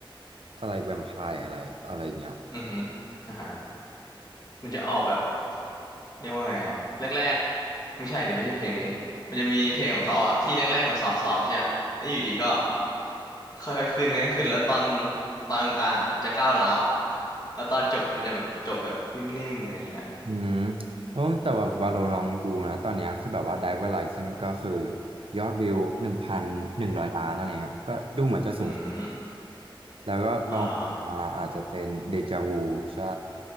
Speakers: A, on the right; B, on the left.
A: อะไรแวมไพร์อะไรอะไรเงี้ย
B: อือฮึอ่า มันจะออกแบบเรียกว่าไงอะแรกๆไม่ใช่ดิไม่ใช่เพลงนี้มันจะมีเพลงของเขาอะที่แรกๆมันซอฟต์ๆใช่ไหมแล้วอยู่ดีก็ค่อยๆขึ้นนะขึ้นแล้วตอนตอนกลางๆอะจะก้าวร้าวแล้วตอนจบมันจะแบบจบแบบนิ่มๆอะไรเงี้ย
A: อืมเพราะแต่แบบว่าเราลองดูนะตอนเนี้ยคือแบบว่า Driver License ก็คือยอดวิวหนึ่งพันหนึ่งร้อยล้านอะไรเงี้ยก็ดูเหมือนจะสูง
B: อืม
A: แล้วก็ลองมาอาจจะเป็นเดจาวูใช่
B: อ๋อเหรอ